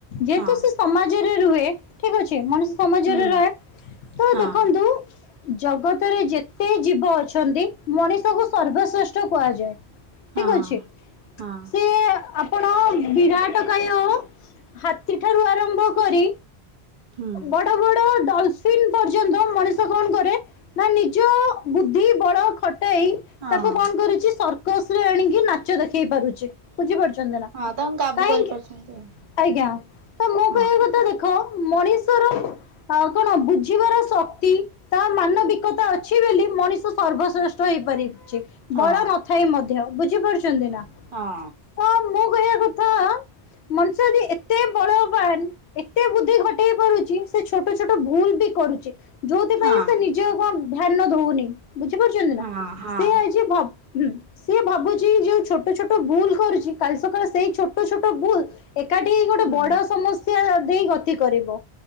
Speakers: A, on the left; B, on the right.
A: ଯେହେତୁ
B: ହଁ
A: ସେ ସମାଜରେ ହୁଏ ଠିକ୍ ଅଛି। <unintelligible> ସମାଜରେ
B: ହୁଁ
A: ରହେ ତ
B: ହଁ
A: ଦେଖନ୍ତୁ। ଜଗତରେ ଯେତେ ଜୀବ ଅଛନ୍ତି ମଣିଷକୁ ସର୍ବଶ୍ରେଷ୍ଠ କୁହାଯାଏ।
B: ହଁ
A: ଠିକ୍ ଅଛି।
B: ହଁ
A: ସିଏ ଆପଣ ବିରାଟ କାୟ ହାତୀ ଠାରୁ ଆରମ୍ଭ କରି
B: ହୁଁ
A: ବଡ ବଡ ଡଲଫିନ୍ ପର୍ଯ୍ୟନ୍ତ ମଣିଷ କଣ କରେ ନା ନିଜ ବୁଦ୍ଧି ବଳ ଖ ତାକୁ
B: ହଁ
A: କଣ କରୁଛି ସର୍କସ ରେ ଆଣିକି ନାଚ ଦେଖେଇ ପାରୁଛି। ବୁଝିପାରୁୁଛି।
B: ହଁ ତାଙ୍କୁ କାବୁ
A: କାହିଁକି
B: କରିପାରୁଛନ୍ତି
A: ଆଜ୍ଞା ତ ମୁଁ କହିବା
B: ଆଉ
A: କଥା ଦେଖ ମଣିଷର କଣ ବୁଝିବାର ଶକ୍ତି ତା ମାନବିକତା ଅଛି ବୋଲି ମଣିଷ ସର୍ବଶ୍ରେଷ୍ଠ ହେଇପାରିବି।
B: ହଁ
A: ବଳ ନଥାଇ ମଧ୍ୟ। ବୁଝିପାରୁଛ। ଛନ୍ତି ନା
B: ହଁ
A: ତ ମୁଁ କହିବା କ ମଣିଷ ଏତେ ବଳବାନ ଏତେ ବୁଦ୍ଧି କଟେଇ ପାରୁଛି ସେ ଛୋଟ ଛୋଟ ଭୁଲ ବି କରୁଛି। ଯୋଉଥିପାଇଁ
B: ହଁ ହଁ
A: ସେ ନିଜ କଣ ଧ୍ୟାନ ଦଉନି। ବୁଝିପାରୁଛନ୍ତି ନା
B: ହଁ ହଁ
A: ସେ ଆଜି ଭବ୍ ହୁଁ। ସିଏ ଭାବୁଛି ଯୋଉ ଛୋଟ ଛୋଟ ଭୁଲ୍ କରୁଛି। କାଲି ସକାଳେ ସେଇ ଛୋଟ ଛୋଟ ଭୁଲ୍ ଏକାଠି ହେଇ ଗୋଟେ
B: ହୁଁ
A: ବଡ ସମସ୍ୟା ଦେଇ ଗ ତି କରିବ।